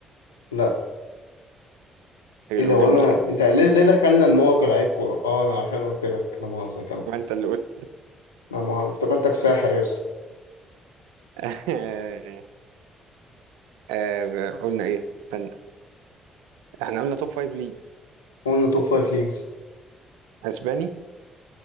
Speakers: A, on the left; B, on the right.
A: لا
B: حلو
A: ايه ده وانا
B: جميل
A: انت ليه ليه دخلنا ان هو لعيب كوره اه انا عشان قلت لك لا مؤاخذه كمل
B: ما انت اللي قلت
A: انا ما افتكرتك ساحر يا اسطى
B: <laughs> آه، آه، قلنا ايه استنى احنا قلنا توب فايف ليجز
A: قلنا توب فايف ليجز
B: اسباني